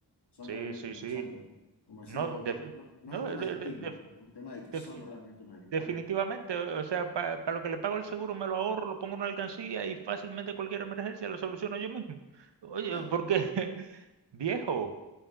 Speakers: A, on the left (about 70°); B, on the right (about 80°).
A: son
B: Sí,
A: realmente
B: sí,
A: unos
B: sí.
A: chantas. Como decías
B: No,
A: vos,
B: de-
A: no, no, no
B: no,
A: es un
B: de-
A: tema de estigma,
B: de- de-
A: es un tema de que
B: de-
A: son realmente unos delincuentes.
B: Definitivamente, o sea, para lo que le pago el seguro me lo ahorro, lo pongo en una alcancía y fácilmente cualquier emergencia la soluciono yo mismo. Oye,
A: Claro,
B: porque <laughs> viejo,